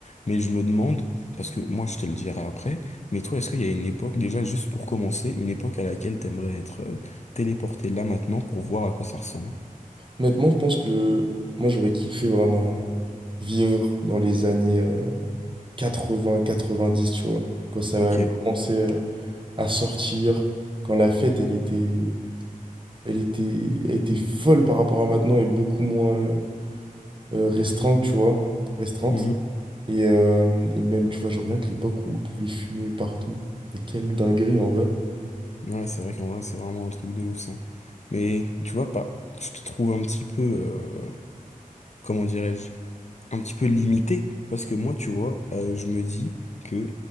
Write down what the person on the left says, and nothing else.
Mais je me demande, parce que moi, je te le dirai après, mais toi, est-ce qu'il y a une époque, déjà, juste pour commencer, une époque à laquelle t'aimerais être euh, téléporté là maintenant pour voir à quoi ça ressemble?
Ok.
Mhm.
Ouais, c'est vrai qu'en vrai, c'est vraiment un truc de ouf, ça. Mais tu vois, pas, je te trouve un petit peu. euh, comment dirais-je, un petit peu limité, parce que moi, tu vois, euh, je me dis que